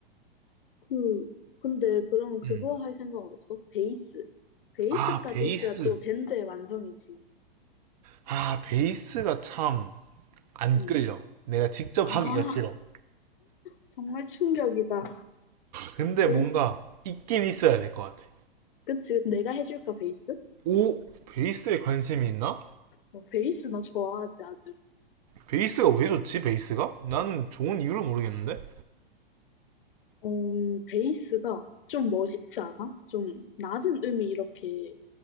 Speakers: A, on the left; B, on the right.
A: 그, 근데 그럼 그거
B: 음.
A: 할 생각은 없어? 베이스. 베이스까지
B: 아 베이스
A: 있어야 또 밴드의 완성이지.
B: 아, 베이스가 참 안
A: 음.
B: 끌려. 내가 직접
A: 아,
B: 하기가 싫어.
A: 정말 충격이다.
B: 근데
A: 베이스.
B: 뭔가 있긴 있어야 될 것 같아.
A: 그치, 내가 해줄까, 베이스?
B: 오, 베이스에 관심이 있나?
A: 어, 베이스 나 좋아하지, 아주.
B: 베이스가 왜 좋지, 베이스가? 나는 좋은 이유를 모르겠는데?
A: 어, 음, 베이스가 좀 멋있지 않아? 좀 낮은 음이 이렇게